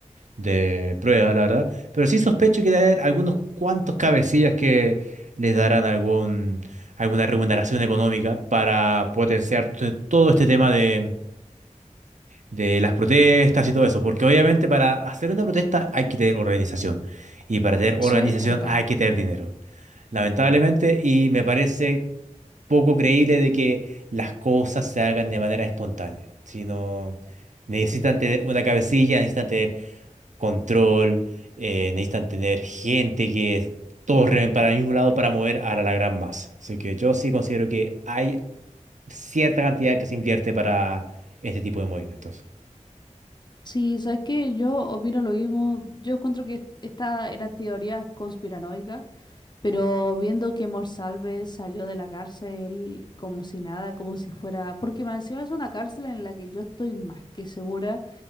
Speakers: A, on the right (about 70°); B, on the left (about 35°).
A: de prueba, la verdad, pero sí sospecho que debe haber algunos cuantos cabecillas que les darán algún, alguna remuneración económica para potenciar t- todo este tema de, de las protestas y todo eso, porque obviamente para hacer una protesta hay que tener organización y para tener organización
B: Sí, harta.
A: hay que tener dinero lamentablemente, y me parece poco creíble de que las cosas se hagan de manera espontánea, sino necesitan tener una cabecilla, necesitan tener control, eh, necesitan tener gente que todos remen para el mismo lado para mover a la, la gran masa. Así que yo sí considero que hay cierta cantidad que se invierte para este tipo de movimientos.
B: Sí, sabes que yo opino lo mismo. Yo encuentro que est- estas eran teorías conspiranoicas Pero viendo que Morsalve salió de la cárcel como si nada, como si fuera... Porque más encima es una cárcel en la que yo estoy más que segura